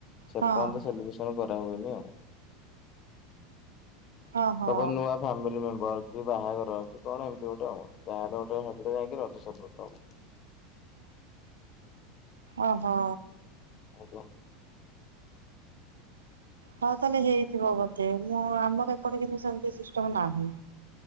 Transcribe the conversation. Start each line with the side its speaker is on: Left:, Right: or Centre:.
Left: ସେ
Right: ହଁ
Left: ପର୍ଯ୍ୟନ୍ତ ସେଲିବ୍ରେସନ କରା ହୁଏନି ଆଉ।
Right: ଓହୋ
Left: ସବୁ ନୂଆ ଫ୍ୟାମିଲି ମେମ୍ବର କି ବାହାଘର କି କଣ ଏମିତି ଗୋଟେ ଆଉ ଯାହାହେଲେ ଗଟେ ହେଲେ ଯାଇକି ରଜ ସେଲିବ୍ରେଟ ହବ।
Right: ଓହୋ!
Left: ଆଜ୍ଞା।
Right: ହଉ ତାହେଲେ ହେଇଥିବ ବତେ ମୁଁ ଆମର ଏପଟେ କିନ୍ତୁ ସେମିତି ସିଷ୍ଟମ ନାହିଁ।